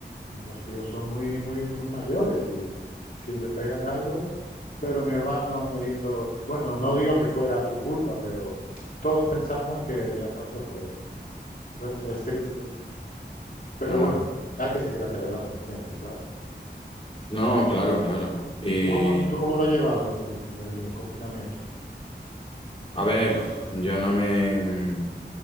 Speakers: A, on the left (about 50°); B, on the left (about 30°).
A: los tíos son muy, muy, muy mayores y si le pegan algo, pero mi hermano no hizo, bueno, no digo que fuera su culpa, pero todos pensamos que la causa fue esa. Entonces es triste, pero
B: claro.
A: bueno, hay que seguir hacia adelante siempre, claro.
B: No, claro, claro. Y
A: ¿Tú cómo, tú cómo lo llevabas el, el, eh, confinamiento?
B: a ver, yo no me...